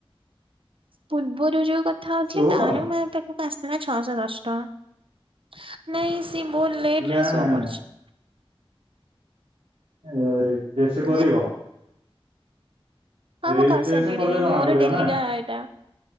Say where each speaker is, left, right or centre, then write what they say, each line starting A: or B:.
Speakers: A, on the right; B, on the right.
A: ପୂର୍ବରୁ ଯୋଉ କଥା ହଉଥିଲି
B: ଶୋ
A: ତାର
B: କରୁନି
A: ମା ତ ମୁଁ ପାଁଶ ଦିନ୍ ହେଲା ଛଅଶ ଦଶ ଟଙ୍କା ନାଇଁ ସିଏ ମୋ ଲେଟ୍
B: ନା
A: ରେ ସୋ
B: ନା ନା
A: କରୁଚି।
B: ଏ ରିଫ୍ରେଶ୍ କରିବ?
A: ହେଁ ହଁ
B: ରିଫ୍ରେଶ
A: ମୁଁ କରି ସାରିଲିଣିି
B: କଲେ ଜଣା
A: ମୋର
B: ପଡିବ
A: ଡେଲିକା
B: ନା।
A: ଏଇଟା।